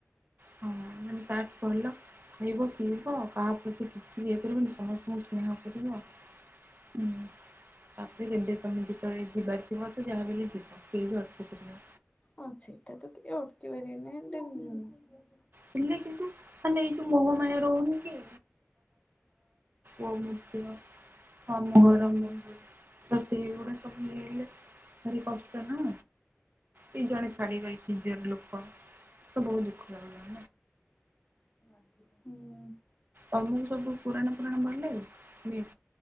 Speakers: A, on the right; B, on the left.
A: ହଁ ମାନେ ତାଠୁ ଭଲ ଖାଇବ ପିଇବା କାହା ପ୍ରତି କିଛି ଇଏ କରିବନି ସମସ୍ତଙ୍କୁ ସ୍ନେହ କରିବ। ହୁଁ ତାପରେ ଯେମିତି ତମେ ଯେତେବେଳେ ଯିବାର ଯିବ ତ ଯାହାହେଲେ ବି ଯିବ <unintelligible>
B: ଅଁ ସେଟ ତ କିଏ ଅଟକେଇ ପାରିବେନି ଦେନ
A: ଥିଲେ କିନ୍ତୁ ମାନେ ଏଇ ଯୋଉ ମୋହ ମୟା ରହୁନି କି ଓ ମଧ୍ୟ ମାମୁଁ
B: ହୁଁ
A: ଘର <unintelligible> ତ ସେଇ ଗୁଡା ସବୁ ଇଏ ହେଲେ ଭରି କଷ୍ଟ ନା କେଜଣେ ଛାଡ଼ି ଗଲେ ନିଜର୍ ଲୋକ ତ ବହୁତ ଦୁଖ ଲାଗେ।
B: ହୁଁ।
A: ତମକୁ ସବୁ ପୁରାଣ ଫୁରାଣ ଭଲ ଲାଗେ ଇଏ